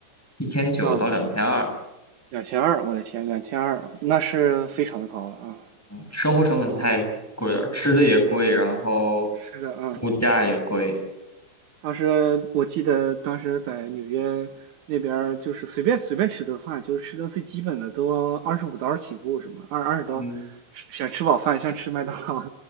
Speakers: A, in the centre; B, on the right.
A: 一千九到两千二，
B: 啊！两千二，我的天，两千二，那是非常的高了啊！
A: 生活成本太贵了，
B: 哇
A: 吃的也贵，
B: 啊，
A: 然后
B: 是的啊
A: 物价也贵，
B: 当时我记得当时在纽约那边就是随便随便吃顿饭，就是吃顿最基本的都二十五刀起步，什么二二十刀，
A: 嗯。
B: 吃想吃饱饭像吃麦当劳，